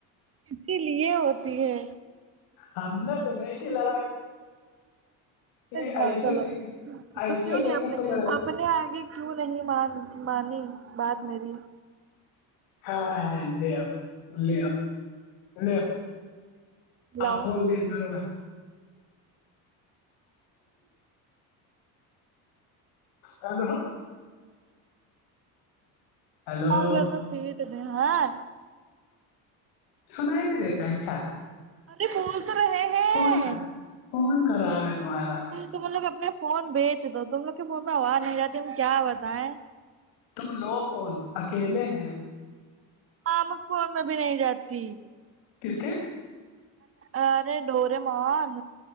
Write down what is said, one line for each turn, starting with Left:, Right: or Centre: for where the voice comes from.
Right: اسی لیے ہوتی ہے
Left: ہم نے تو ن ہی لڑائی یہ
Right: جاؤ
Left: ایسے
Right: چلو
Left: لے کے ایسے
Right: تو کیوں
Left: لے
Right: نہیں
Left: کر
Right: آپ نے
Left: تو لڑائی
Right: اپپنے آگے کیوں نہیں مان مانی بات میری
Left: ہاں ہاں ل لے ل آ
Right: لاؤ
Left: کھول دین مارے بائی ہیلو ہیلو
Right: اگر میں پیٹ د ہے
Left: سن ہی نہیں دیتے ہیں کیا
Right: ارے پول تو رہے ہیں
Left: فون کر فون کرو ا تمہارا
Right: تم لوگ اپنے فون بھی بیچ دو تم لوگ کے مون میں آواز نہیں جاتی تم کیا بتائیں
Left: تم لوگ کون اکیلے ہیں
Right: آمک پور میں بھی نہیں جاتی
Left: کس کے
Right: ارے ڈوریمون